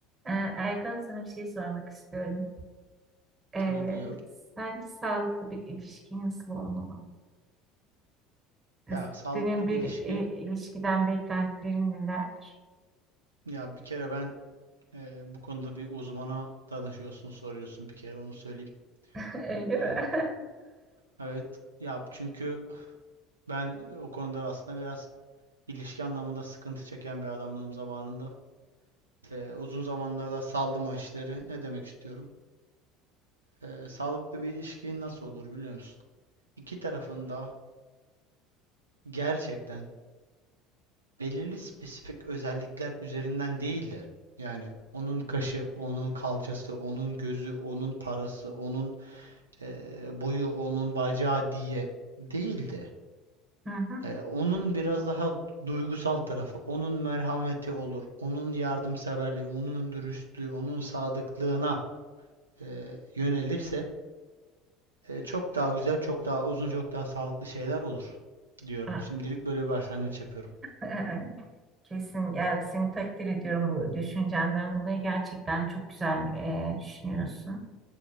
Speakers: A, on the right; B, on the right.
A: Ee, Erkan sana bir şey sormak istiyorum. Ee,
B: Tabii buyur.
A: sence sağlıklı bir ilişki nasıl olmalı? Ee,
B: Ya sağlıklı
A: Senin bir
B: bir ilişki.
A: e, ilişkiden beklentilerin nelerdir?
B: Ya bir kere ben e, bu konuda bir uzmana danışıyorsun, soruyorsun bir kere onu söyleyeyim.
A: <laughs> Öyle
B: E,
A: mi? <laughs>
B: evet. Ya çünkü ben e, o konuda aslında biraz ilişki anlamında sıkıntı çeken bir adamlığım zamanında. E, uzun zamanlarda da saldım o işleri. Ne demek istiyorum? E, sağlıklı bir ilişki nasıl olur biliyor musun? İki tarafında gerçekten belirli spesifik özellikler üzerinden değil de yani onun kaşı, onun kalçası, onun gözü, onun parası, onun eee, boyu, onun bacağı diye değil de
A: Hı hı.
B: eee, onun biraz daha duygusal tarafı, onun merhameti olur, onun yardımseverliği, onun dürüstlüğü, onun sadıklığına eee, yönelirse eee, çok daha güzel, çok daha uzun, çok daha sağlıklı şeyler olur diyorum.
A: Ha,
B: Şimdilik böyle bir başlangıç yapıyorum.
A: e, Kesin yani seni takdir ediyorum bu düşüncenden dolayı gerçekten çok güzel e, düşünüyorsun.